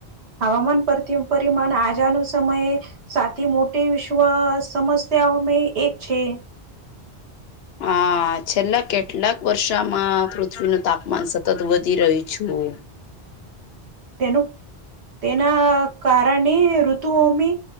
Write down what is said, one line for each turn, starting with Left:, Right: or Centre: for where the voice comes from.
Right: હવામાન પરથી પરિમાન આજુના સમયે સાથી મોટી ત્વ સમસ્યાઓ મે એક છે.
Left: હા છેલ્લા કેટલાક વર્ષામાં પૃથ્વીનું તાપમાન સતત વધી રહ્યું છું.
Right: તેનું તેના કારને ઋતુઓમે